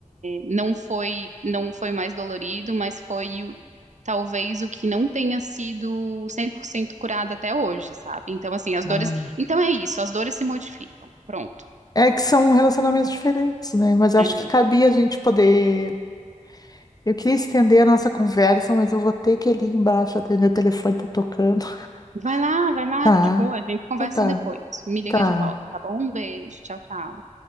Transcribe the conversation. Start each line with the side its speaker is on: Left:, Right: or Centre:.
Right: não foi não foi mais dolorido, mas foi o- talvez o que não tenha sido 100% curado até hoje, sabe? Então, assim, as
Left: Ah.
Right: dores. Então é isso, as dores se modificam. Pronto.
Left: É que são relacionamentos diferentes, né? Mas eu
Right: É,
Left: acho que cabia a gente poder. Eu queria estender a nossa conversa, mas eu vou ter que ir ali embaixo atender o telefone, tá tocando. <laughs>
Right: Vai lá, vai lá,
Left: Tá,
Right: de boa, a gente conversa
Left: então tá,
Right: depois. Me liga
Left: tá.
Right: de volta, tá bom? Um beijo, tchau, tchau.